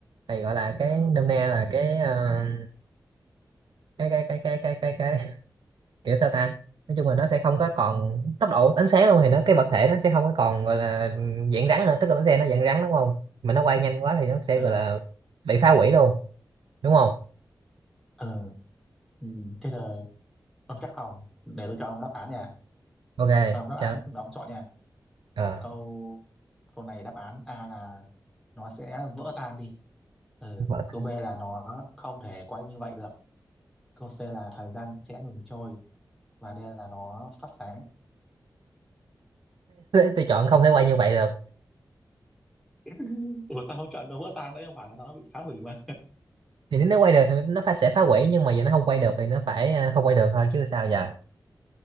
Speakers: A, on the right; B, in the centre.
A: thì gọi là cái nôm na là cái à, cái cái cái cái cái cái cái kiểu sao ta nói chung là nó sẽ không có còn tốc độ ánh sáng luôn thì nó cái vật thể nó sẽ không có còn gọi là ừm, dạng rắn nữa tức là bánh xe nó dạng rắn đúng không mà nó quay nhanh quá thì nó sẽ
B: ờ
A: gọi là bị phá hủy luôn đúng không
B: ờ ừ. thế là ông chắc không để tôi cho ông đáp án nha
A: ok
B: cho ông đáp án
A: cho
B: ông chọn nha
A: ờ
B: câu câu này đáp án A là nó sẽ vỡ tan đi ừ.
A: <laughs>
B: câu B là nó không thể quay như vậy được câu C là thời gian sẽ ngừng trôi và D là nó phát sáng
A: tôi chọn không thể quay như vậy được
B: <laughs> Ủa sao không chọn nó vỡ tan đấy không phải là nó bị phá hủy mà
A: thì nếu nó quay được thì nó phải sẽ phá hủy nhưng mà giờ nó không quay được thì nó phải ờ, không quay được thôi chứ sao
B: Ủa
A: giờ